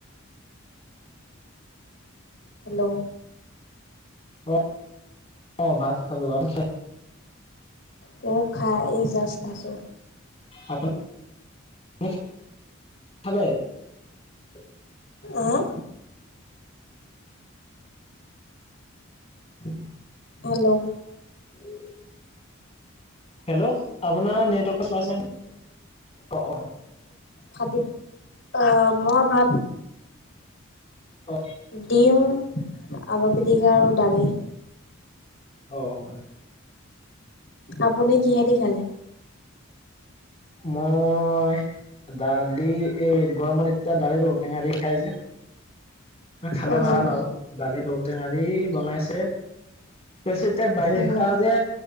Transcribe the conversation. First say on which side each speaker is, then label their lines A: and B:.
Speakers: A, on the left; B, on the left.
A: হেল্ল'
B: অ অ ভাত খালো। আপুনি খাই
A: মই খাই ই জাজ খাইছোঁ।
B: <unintelligible>
A: অহ
B: <unintelligible>
A: হেল্ল'
B: <unintelligible> হেল্ল' আপোনাৰ নেটৱৰ্ক চোৱা ছিনি অ অ
A: খাদিব আহ মই ভাত
B: অ
A: ডিম আলু পিটিকা আৰু দালি।
B: অ হয়।
A: আপুনি কিহে দি খালে?
B: মই। দালি এই গৰম এতিয়া দালি টেঙা দি খাই যে। খালে
A: উম,
B: ভাল আৰু দালি ঔটেঙা দি বনাইছে। তছতিয়া বাৰিষা
A: উম,
B: যে।